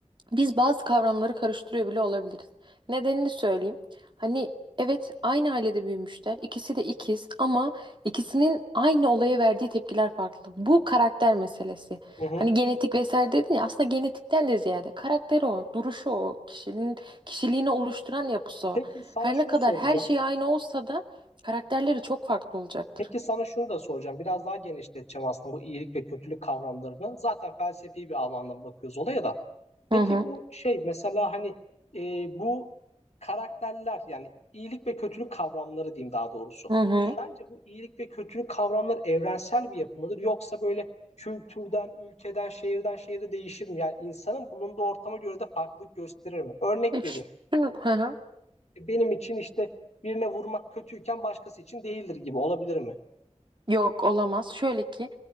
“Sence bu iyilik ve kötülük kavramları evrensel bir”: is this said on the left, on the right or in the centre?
Left